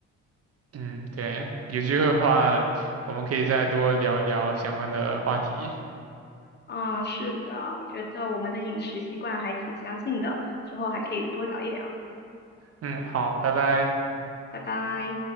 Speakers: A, on the right; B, on the left.
A: 嗯，对，有机会的话，我们可以再多聊一聊相关的话题。
B: 嗯，是的，我觉得我们的饮食习惯还挺相近的，之后还可以多聊一聊。
A: 嗯，好，拜拜。
B: 拜拜。